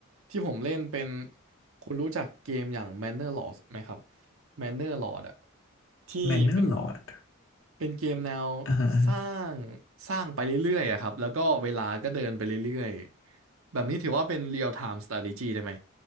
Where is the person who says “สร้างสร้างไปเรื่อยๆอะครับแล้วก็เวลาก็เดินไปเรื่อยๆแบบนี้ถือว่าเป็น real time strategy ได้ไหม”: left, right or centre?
Right